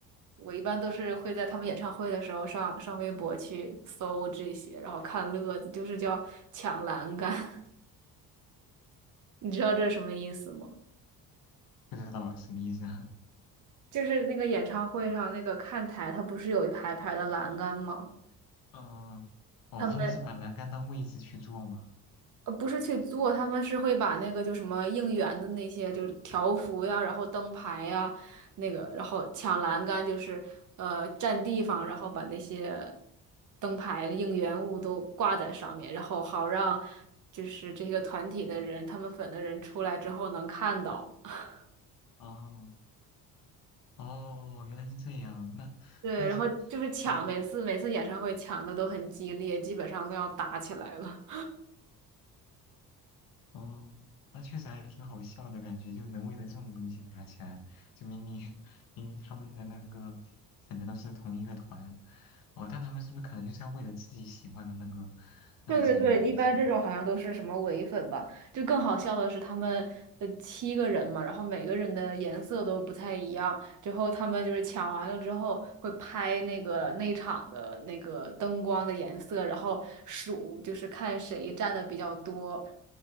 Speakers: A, on the right; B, on the left.
A: 我一般都是会在他们演唱会的时候上上微博去搜这些，然后看乐子，就是叫抢栏杆。<laughs> 你知道这是什么意思吗？
B: 不知道什么意思啊？
A: 就是那个演唱会上那个看台，它不是有一排排的栏杆吗？
B: 嗯，哦，
A: 他们
B: 他们是把栏杆当位置去做吗？
A: 呃，不是去做，他们是会把那个就什么应援的那些，就是条幅呀，然后灯牌呀，那个，然后抢栏杆，就是呃占地方，然后把那些灯牌应援物都挂在上面，然后好让就是这个团体的人，他们粉的人出来之后能看到。<laughs>
B: 哦，哦，原来是这样，那，
A: 对，
B: 但是。
A: 然后就是抢，
B: 嗯
A: 每次每次演唱会抢的都很激烈，基本上都要打起来了。
B: 哦，那确实还挺好笑的感觉，就能为了这种东西打起来，就明明 <laughs> 明明他们的那个粉的都是同一个团，哦，但他们是不是可能就是要为了自己喜欢的那个那个成员去抢？
A: 对对对，一 <laughs> 般这种好像都是什么伪粉吧。就更好笑的是，他们呃七个人嘛，然后每个人的颜色都不太一样。之后他们就是抢完了之后会拍那个内场的那个灯光的颜色，然后数就是看谁占的比较多。